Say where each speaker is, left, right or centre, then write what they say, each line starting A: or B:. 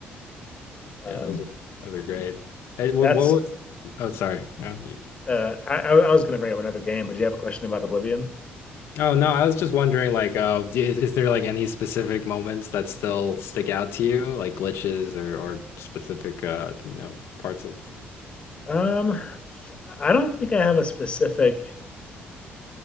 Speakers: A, on the left (about 25°); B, on the left (about 70°).
A: Um,
B: Yeah, those are those are great. Hey, what,
A: that's
B: what was oh sorry. Uh,
A: uh, I I was going to bring up another game, but do you have a question about Oblivion?
B: Oh no, I was just wondering, like, uh, d- is, is there like any specific moments that still stick out to you, like glitches or or specific, uh, you know, parts of?
A: Um, I I don't think I have a specific